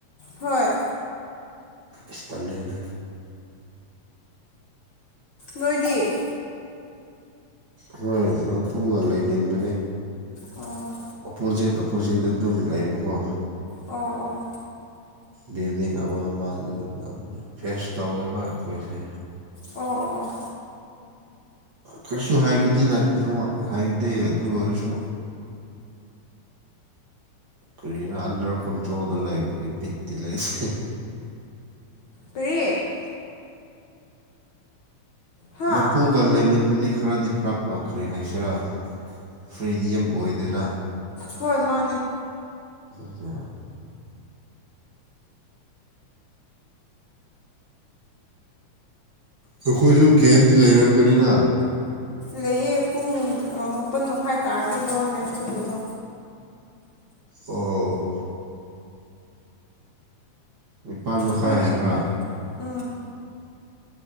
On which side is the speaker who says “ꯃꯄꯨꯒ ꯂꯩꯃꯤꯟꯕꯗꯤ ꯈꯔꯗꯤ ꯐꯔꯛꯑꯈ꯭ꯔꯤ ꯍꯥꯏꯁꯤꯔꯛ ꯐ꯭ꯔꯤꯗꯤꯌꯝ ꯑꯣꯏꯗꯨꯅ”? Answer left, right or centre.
Right